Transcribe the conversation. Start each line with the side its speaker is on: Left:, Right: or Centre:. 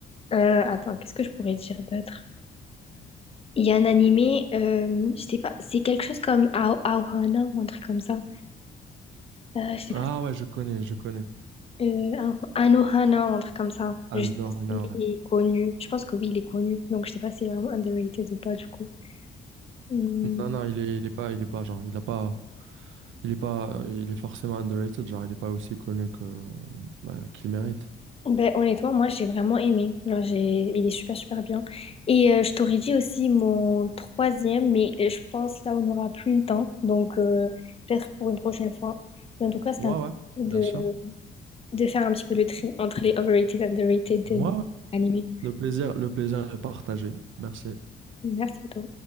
Left: Euh, attends, qu'est-ce que je pourrais dire d'autre? Il y a un animé, euh, je sais pas, c'est quelque chose comme Ao- Aohana ou un truc comme ça. Euh, je sais
Right: Ah
Left: pas,
Right: ouais, je connais, je connais.
Left: euh, Ao- Anohana ou un truc comme ça.
Right: Ah
Left: Je
Right: non,
Left: sais pas
Right: non,
Left: s'il
Right: ouais.
Left: est connu. Je pense que oui, il est connu. Donc, je sais pas si c'est vraiment underrated ou pas, du coup. Hmm.
Right: Non, non, il est, il est pas, il est pas, genre, il a pas, il est pas, euh, il est forcément underrated, genre, il est pas aussi connu que, bah, qu'il mérite.
Left: Ben, honnêtement, moi j'ai vraiment aimé. Genre, j'ai... Il est super super bien. Et euh, je t'aurais dit aussi mon troisième, mais euh, je pense là on n'aura plus le temps. Donc euh, peut-être pour une prochaine fois. Mais en tout cas, c'était
Right: Ouais,
Left: un plaisir
Right: ouais, bien sûr.
Left: de... de faire un petit peu le tri entre les overrated and underrated de...
Right: Ouais, ouais.
Left: animés.
Right: Le plaisir, le plaisir est partagé. Merci.
Left: Merci à toi.